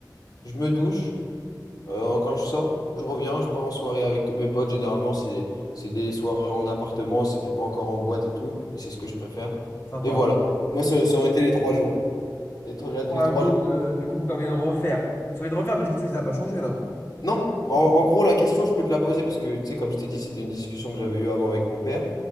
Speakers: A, on the left; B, on the left.
A: Je me douche. Euh, quand je sors, je reviens, je pars en soirée avec tous mes potes. Généralement, c'est c'est des soirées en appartement, c'était pas encore en boîte et tout. Et c'est ce que je préfère.
B: sympa.
A: Et voilà. Moi, ça, ça aurait été les trois jours. Les, trois les
B: Trois
A: trois
B: jours de, du coup, que t'as envie de refaire. Ça envie de refaire, mais du coup, tu les as pas changés, là.
A: Non, en, en gros, la question, je peux te la poser parce que, tu sais, comme je t'ai dit, c'était une discussion que j'avais eue avant avec mon père.